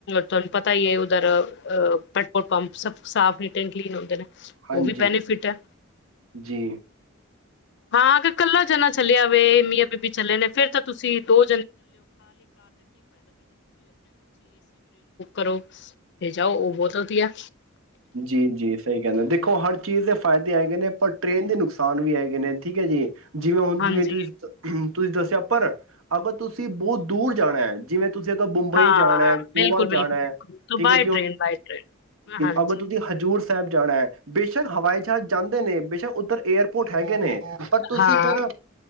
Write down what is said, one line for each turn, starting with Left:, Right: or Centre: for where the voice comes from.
Left: ਤੁਹਾਨੂੰ ਪਤਾ ਹੀ ਹੈ ਉੱਧਰ ਅ ਪੈਟਰੋਲ ਪੰਪ ਸਭ ਸਾਫ ਤੇ ਕਲੀਨ ਹੁੰਦੇ ਨੇ
Right: ਹਾਂਜੀ
Left: ਉਹ ਵੀ ਬੈਨੀਫਿਟ ਹੈ
Right: ਜੀ
Left: ਹਾਂ ਅ ਕੱਲਾ ਜਣਾ ਚੱਲਿਆਵੇ ਮੀਆਂ ਬੀਬੀ ਚੱਲੇ ਨੇ ਫੇਿਰ ਤਾਂ ਤੁਸੀਂ ਦੋ ਘਰੋ ਜਾਓ ਉਹ ਬਹੁਤ ਵਧੀਆ
Right: ਜੀ ਜੀ ਸਹੀ ਗਲ ਦੇਖੋ ਹਰ ਚੀਜ਼ ਦੇ ਫ਼ਾਇਦੇ ਹੈਗੇ ਨੇ ਪਰ ਟ੍ਰਰੇਨ ਦੇ ਨੁਕਸਾਨ ਵੀ ਹੈਗੇ ਨੇ ਠੀਕ ਹੈ ਜੀ ਜਿਵੇੈ ਆਉਣ
Left: ਹਾਂਜੀ
Right: ਦੇ ਵਿੱਚ ਹਮ ਤੁਸੀਂ ਦੱਸਿਆ ਪਰ ਅਗਰ ਤੁਸੀ ਜਦੋਂ ਮੁੰਬਈ
Left: ਹਾਂ
Right: ਜਾਣਾ ਹੈ ਗੋਆ
Left: ਬਿਲਕੁਲ ਬਿਲਕੁਲ
Right: ਜਾਣਾ ਹੈ
Left: ਬਿਲਕੁਲ
Right: ਠੀਕ
Left: ਬਾਏ
Right: ਹੈ
Left: ਟ੍ਰੇਨ ਬਾਏ ਟ੍ਰੇਨ ਹਾਂਜੀ
Right: ਅਗਰ ਤੁਸੀਂ ਹਜ਼ੂਰ ਸਾਹਿਬ ਜਾਣਾ ਹੈ ਬਸ਼ ਬੇਸ਼ੱਕ ਹਵਾਈ ਜਹਾਜ਼ ਜਾਂਦੇ ਨੇ ਬੇਸ਼ੱਕ ਉੱਧਰ ਏਅਰਪੋਰਟ ਹੈਗੇ ਨੇ। ਪਰ ਤੁਸੀਂ
Left: ਹਾਂ
Right: ਫੇਰ